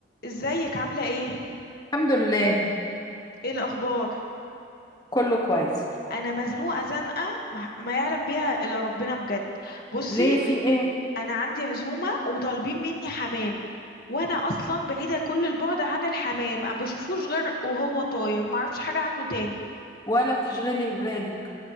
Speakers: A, on the left; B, on the left.
A: ازيك عاملة ايه؟
B: الحمد لله
A: ايه الأخبار؟
B: كله كويس
A: أنا مزنوقة زنقة مح- ما يعلم بيها إلا ربنا بجد بصي
B: ليه في ايه
A: أنا عندي عزومة وطالبين مني حمام وأنا أصلا بعيدة كل البعد عن الحمام أنا بشوفوش غير وهو طاير معرفش حاجة عنه تاني
B: ولا تشغلي بالك